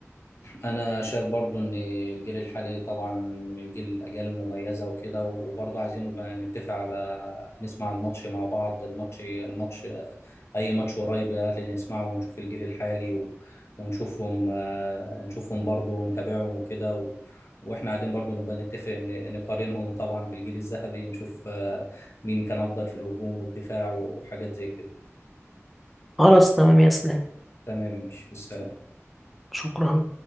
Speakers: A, on the left (about 60°); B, in the centre.
A: انا شايف برضو ان الجيل الحالي طبعا من الجيل الاجيال المميزه وكده وبرضو عايزين نبقى نتفق على نسمع الماتش مع بعض الماتش الماتش اي ماتش قريب الاهلي نسمعه ونشوف الجيل الحالي و- ونشوفهم آه، نشوفهم برضو ونتابعهم وكده و- واحنا قاعدين برضو نبقى نتفق ن- نقارنهم طبعا بالجيل الذهبي نشوف آه، مين كان افضل في الهجوم والدفاع وحاجات زي كده
B: خلاص تمام يا اسلام
A: تمام ماشي بالسلامه
B: شكرا